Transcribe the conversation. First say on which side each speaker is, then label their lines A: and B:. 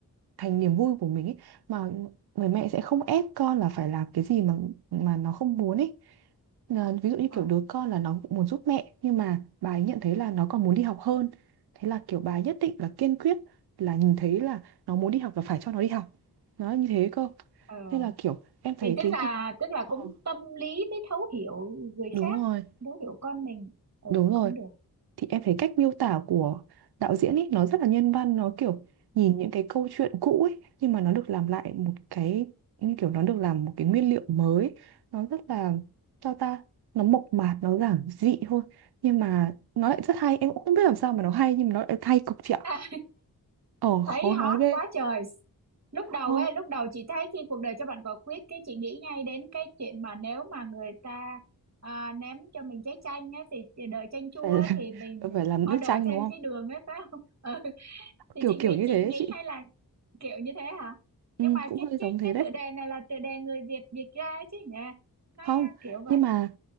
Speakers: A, on the right; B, on the right.
A: thành niềm vui của mình ấy mà người mẹ sẽ không ép con là phải làm cái gì mà mà nó không muốn ấy Ờ, ví dụ như
B: à
A: kiểu đứa con là nó cũng muốn giúp mẹ nhưng mà bà ấy nhận thấy là nó còn muốn đi học hơn thế là kiểu bà ấy nhất định là kiên quyết là nhìn thấy là nó muốn đi học là phải cho nó đi học nó như thế cơ
B: ờ.
A: nên là kiểu em thấy
B: thì tức
A: cái
B: là tức là
A: Ờ,
B: cũng tâm lý với thấu hiểu người
A: đúng
B: khác
A: rồi
B: thấu hiểu con mình ừ
A: đúng rồi
B: cũng được
A: thì em thấy cách miêu tả của đạo diễn ấy nó rất là nhân văn nó kiểu nhìn những cái câu chuyện cũ ấy nhưng mà nó được làm lại một cái như kiểu nó được làm một cái nguyên liệu mới nó rất là cho ta nó mộc mạc nó giản dị thôi nhưng mà nó lại rất hay em cũng không biết làm sao mà nó hay nhưng mà nó lại hay cực chị ạ
B: <laughs>
A: ờ
B: thấy
A: khó nói
B: hot
A: ghê
B: quá trời lúc đầu
A: ờ,
B: ấy lúc đầu chị thấy khi cuộc đời cho bạn quả quýt cái chị nghĩ ngay đến cái chuyện mà nếu mà người ta à, ném cho mình trái chanh á thì thì đời chanh chua
A: phải
B: á, thì mình
A: <laughs> phải làm nước
B: order
A: chanh
B: thêm
A: đúng không
B: cái đường ấy phải không <laughs> ừ, thì
A: kiểu
B: chị nghĩ
A: kiểu như
B: chị
A: thế ấy
B: nghĩ
A: chị
B: hay là kiểu như thế hả
A: ừ,
B: nhưng mà
A: cũng
B: cái
A: hơi
B: cái
A: giống thế
B: cái
A: đấy
B: tựa đề này là tựa đề người Việt dịch ra chứ nhỉ nó
A: không
B: kiểu vậy
A: nhưng mà